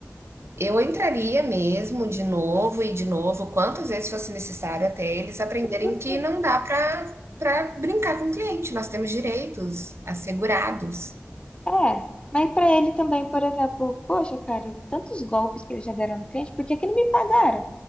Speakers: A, on the right; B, on the left.
A: eu entraria mesmo de novo e de novo, quantas vezes fosse necessário até eles aprenderem
B: <laughs>
A: que não dá para para brincar com o cliente, nós temos direitos assegurados.
B: É. Mas pra ele também, por exemplo, poxa, cara, tantos golpes que eles já deram no cliente, por que que não me pagaram?